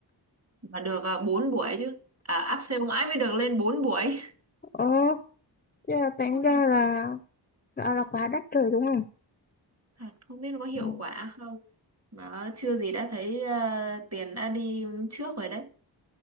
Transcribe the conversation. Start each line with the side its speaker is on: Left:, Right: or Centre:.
Right: mà được à, 4 buổi chứ. À áp sale mãi mới được lên 4 buổi. <laughs>
Left: ờ, thế là tính
Right: Ôi,
Left: ra là, là, là quá đắt rồi đúng không?
Right: Thật không biết nó có hiệu
Left: Ừ.
Right: quả không. Mà chưa gì đã thấy à, tiền đã đi trước rồi đấy.